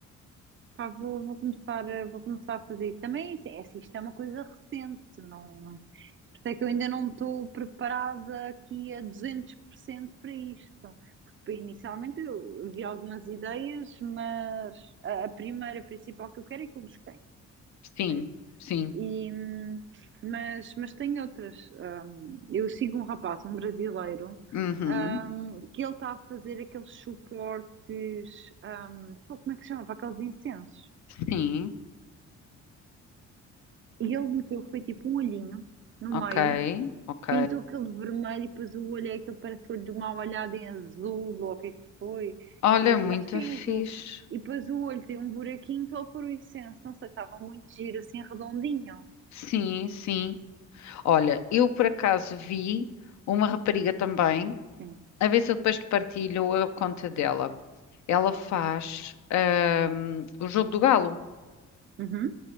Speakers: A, on the right; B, on the left.
A: Pá, vou, vou começar, a- vou começar a fazer isso. Também, assim, é assim, isto é uma coisa recente, não... por isso é que eu ainda não estou preparada aqui a 200% para isto. Então, Porque inicialmente eu vi algumas ideias, mas a, a primeira, a principal que eu quero é aquilo dos cães,
B: Sim,
A: ok?
B: sim.
A: E, hum, mas, mas tem outras. Hum, eu sigo um rapaz, um brasileiro,
B: Uhum,
A: hum, que ele está a fazer aqueles suportes, hum, pô, como é que se chama? Para aqueles incensos.
B: sim.
A: E ele meteu, foi tipo um olhinho no
B: Ok,
A: meio,
B: ok.
A: pintou aquele vermelho e depois o olho é aquele parece o olho de uma olhada em azul, ou o que é que foi,
B: Olha,
A: e
B: muito
A: acho que é em
B: fixe.
A: azul. E depois o olho tem um buraquinho pela fluorescência, não sei, estava muito giro, assim, redondinho.
B: Sim, sim. Olha, eu por acaso vi uma rapariga também,
A: Sim.
B: a ver se eu depois te partilho a conta dela. Ela faz ahm, o jogo do galo.
A: Uhum.